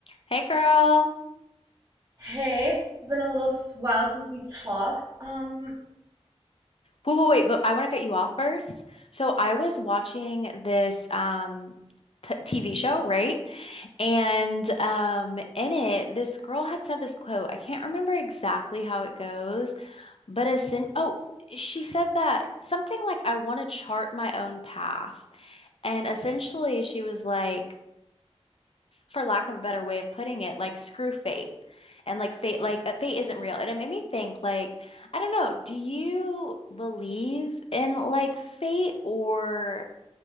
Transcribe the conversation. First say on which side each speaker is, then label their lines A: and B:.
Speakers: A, on the left; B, on the right.
A: Hey girl.
B: Hey, it's been a little while since we talked. Um,
A: Wait, wait, wait, but I want to cut you off first. So I was watching this um t TV show, right? And um in it, this girl had said this quote. I can't remember exactly how it goes, but as in oh, she said that something like I want to chart my own path. And essentially she was like for lack of a better way of putting it, like screw fate. And like fate, like uh, fate isn't real. And it made me think, like, I don't know, do you believe in like fate or